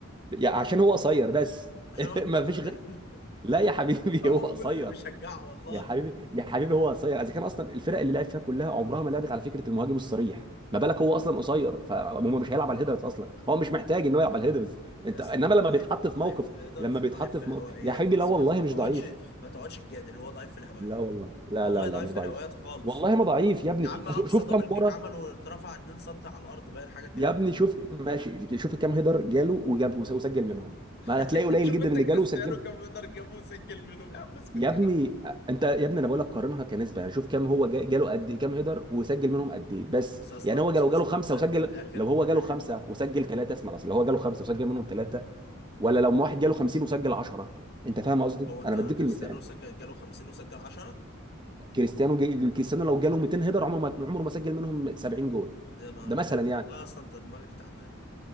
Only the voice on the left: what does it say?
عشان هو
دماغه
تعبان
<laughs> هو
وكل اللي بيشجعه والله
يا اسطى
هو
ضعيف
ضعيف
في الهيدرز
ضعيف في
الهوائيات
بس
ما ما
تقعدش
ما تقعدش تجادل هو ضعيف في الهوائيات
والله
ضعيف
في
الهوايات خالص
يا عم
اقصى
دبل
كيك عمله اترفع 2 سم على الارض باين حاجه كده
<laughs>
شوف
انت
كريستيانو
كم يقدر جابوه سجل منهم يا عم اسكت
يا عم
بص يا اسطى
بص
يا
اسطى
أه،
من الاخر
من
الاخر
هو انت
كريستيانو
سجل جاله 50 وسجل 10
يا نهار
ابيض
والله اصلا انت دماغك تعبانه